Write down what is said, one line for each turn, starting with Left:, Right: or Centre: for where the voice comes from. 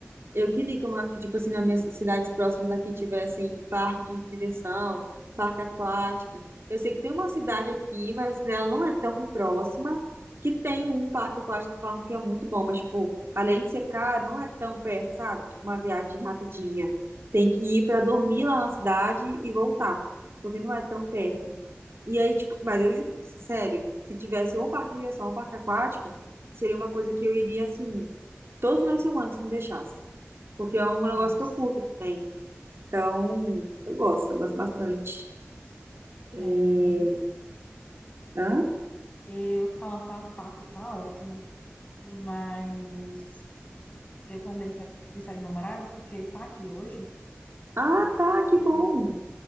Right: Eu queria que, uma- que, tipo assim, nas minhas cidades próximas aqui tivessem parques de diversão, parque aquático. Eu sei que tem uma cidade aqui, mas ela não é tão próxima, que tem um parque aquático que falam que é muito bom, mas, tipo, além de ser caro, não é tão perto, sabe? Tipo, uma viagem rapidinha. Tem que ir para dormir lá na cidade e voltar, porque não é tão perto. E aí, tipo, mas eu, ju- sério, se tivesse ou um parque de diversão ou um parque aquático, seria uma coisa que eu iria, assim, todo final de semana, se me deixasse porque é um negócio
Left: Nossa.
Right: que eu curto também. Então, eu gosto, eu gosto bastante. É,
Left: É, menino,
Right: hã?
Left: eu falando tá, papo tá ótimo, mas eu combinei de sair de sair com o namorado porque ele tá aqui hoje.
Right: Ah, tá, que bom.